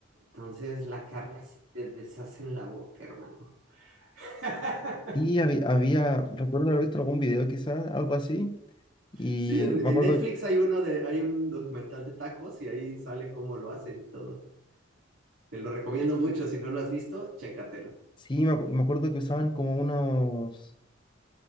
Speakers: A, on the right; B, on the left.
A: Entonces la carne se te deshace en la boca, hermano. <laughs>
B: Sí, había, había, recuerdo haber visto algún video quizás, algo así, y
A: Sí, en,
B: me
A: en
B: acuerdo
A: Netflix
B: que,
A: hay uno de, hay un documental de tacos y ahí sale cómo lo hacen y todo. Te lo recomiendo mucho, si no lo has visto, chécatelo.
B: sí, me, acu- me acuerdo que usaban como unos,